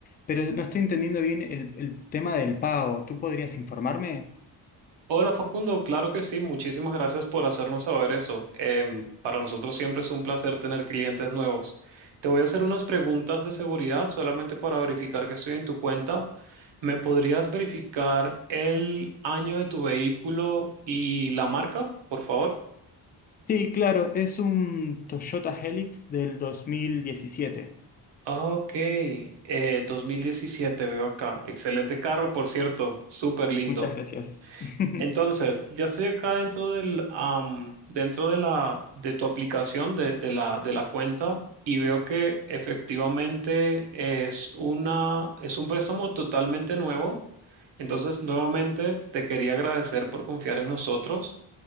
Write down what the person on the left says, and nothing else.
pero no estoy entendiendo bien el, el tema del pago. ¿Tú podrías informarme?
Sí, claro, es un Toyota Helix del 2017.
Muchas gracias. <laughs>